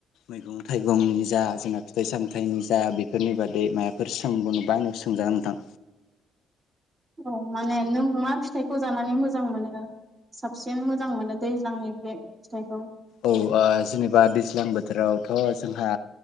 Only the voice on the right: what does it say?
औ माने नों मा फिथाइ खौ जानानै मोजां मोनो साबसिन मोजां मोनो दैज्लांनि बे फिथाइखौ